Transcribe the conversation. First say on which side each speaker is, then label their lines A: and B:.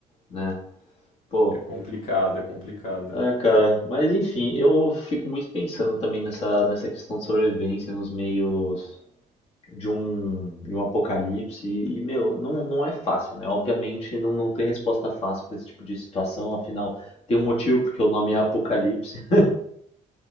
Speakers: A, on the left; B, on the left.
A: né? Pô,
B: é complicado, é complicado.
A: é, cara, mas enfim, eu fico muito pensando também nessa, nessa questão de sobrevivência nos meios de um, de um apocalipse. E, e, meu, não, não é fácil, né? Obviamente não, não tem resposta fácil para esse tipo de situação, afinal, tem um motivo porque o nome é Apocalipse,